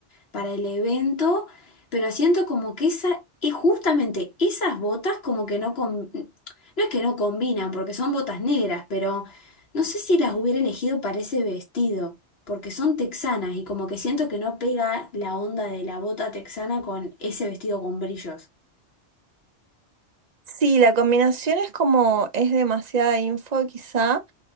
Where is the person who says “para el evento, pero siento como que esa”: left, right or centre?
Left